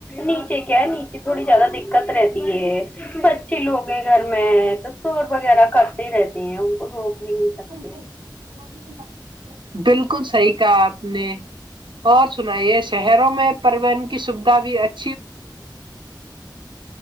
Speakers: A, on the left; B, on the right.
A: نیچے کیا ہے نیچے تھوڑی زیادہ دقت رہتی ہے بچے لوگ ہیں گھر میں تو سور وغیرہ کرتے رہتے ہیں ان کو روک
B: <inaudible>
A: بھی نہیں سکتے
B: بالکل صحیح کہا آپ نے اور سناائیے شہروں میں پوہن کی سویدھا بھی اچ
A: <inaudible> <inaudible>